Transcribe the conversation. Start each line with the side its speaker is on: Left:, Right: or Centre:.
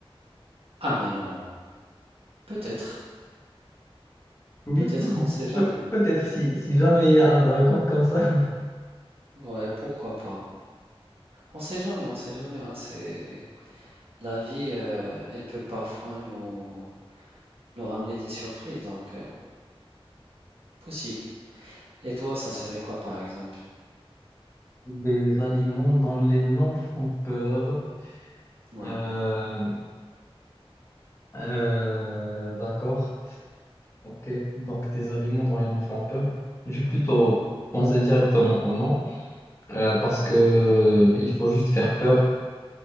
Right: Ah, mais non. Peut-être.
Left: Oui,
Right: Peut-être,
Left: <laughs>
Right: on sait jamais.
Left: peut- peut-être si, si jamais il y a un dragon comme ça.
Right: Ouais, pourquoi pas. On sait jamais, on sait jamais. hein, c'est la vie, euh, elle peut parfois nous nous ramener des surprises, donc euh, possible. Et toi, ça serait quoi par exemple?
Left: Des aliments dont les noms font peur.
Right: Ouais,
Left: Euh, euh, d'accord. Ok. Donc des aliments dont les noms font peur. J'ai plutôt pensé directement au nom euh, parce que euh, il faut juste faire peur.